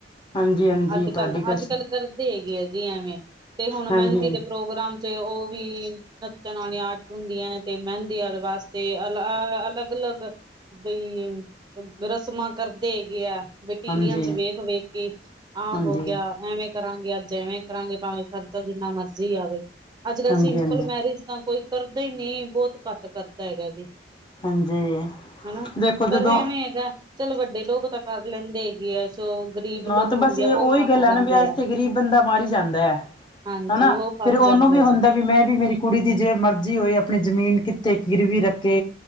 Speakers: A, on the left; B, on the right.
A: ਹਾਂਜੀ ਹਾਂਜੀ
B: ਅੱਜ
A: ਤੁਹਾਡੀ
B: ਕੱਲ,
A: ਗੱਲ
B: ਅੱਜ ਕੱਲ ਕਰਦੇ ਹੈਗੇ ਆ ਜੀ ਐਵੇ ਤੇ ਹੁਣ
A: ਹਾਂਜੀ
B: ਮਹਿੰਦੀ
A: ਹਾਂਜੀ
B: ਦੇ ਪ੍ਰੋਗਰਾਮ ਤੇ ਉਹ ਵੀ ਨੱਚਣ ਆਲੀਆ ਅੱਡ ਹੁੰਦੀਆਂ ਹੈ ਤੇ ਮਹਿੰਦੀ ਵਾਲੀਆ ਵਾਸਤੇ ਅ ਅਲੱਗ-ਅਲੱਗ ਬਈ ਰਸਮਾ ਕਰਦੇ ਹੈਗੇ ਆ। ਬਈ ਟੀਵੀਆ
A: ਹਾਂਜੀ
B: ਚ ਵੇਖ-ਵੇਖ ਕੇ ਆਹ
A: ਹਾਂਜੀ
B: ਹੋ ਗਿਆ ਐਵੇ ਕਰਾਂਗੇ ਅੱਜ ਐਵੇ ਕਰਾਂਗੇ ਭਾਵੇਂ ਖ਼ਰਚਾ ਜਿੰਨਾ ਮਰਜ਼ੀ ਆਵੇ ਅੱਜ ਕੱਲ੍ਹ
A: ਹਾਂਜੀ
B: ਸਿੰਪਲ
A: ਹਾਂਜੀ
B: ਮੈਰਿਜ਼ ਤਾ ਕੋਈ ਕਰਦਾ ਹੀ ਨੀ ਬੋਹਤ ਘੱਟ ਕਰਦਾ ਹੈਗਾ ਜੀ।
A: ਹਾਂਜੀ
B: ਹਨਾ
A: ਦੇਖੋ ਜਦੋਂ
B: ਪਰ ਐਵੇ ਹੈਗਾ ਚਲ ਵੱਡੇ ਲੋਕ ਤਾ ਕਰ ਲੈਂਦੇ ਹੈਗੇ ਆ। ਜੋ ਗ਼ਰੀਬ
A: ਹਾਂ
B: ਲੋਕ
A: ਤੇ ਬਸ
B: ਹੁੰਦੇ
A: ਇਹ
B: ਆ
A: ਉਹੀ
B: ਉਹ ਫਸ
A: ਗੱਲ ਹੈ
B: ਜਾਂਦੇ
A: ਨਾ ਵੀ ਇਸਤੇ
B: ਆ।
A: ਗ਼ਰੀਬ ਬੰਦਾ ਮਰ ਹੀ ਜਾਂਦਾ ਹੈ
B: ਹਾਂਜੀ
A: ਹਨਾ
B: ਉਹ ਫਸ
A: ਫਿਰ ਉਹਨੂੰ
B: ਜਾਂਦਾ
A: ਵੀ
B: ਹੈ
A: ਹੁੰਦਾ
B: ਜੀ
A: ਵੀ ਮੈਂ ਵੀ ਮੇਰੀ ਕੁੜੀ ਦੀ ਜੇ ਮਰਜ਼ੀ ਹੋਏ ਆਪਣੀ ਜ਼ਮੀਨ ਕਿੱਥੇ ਗਰਵੀ ਰੱਖੇ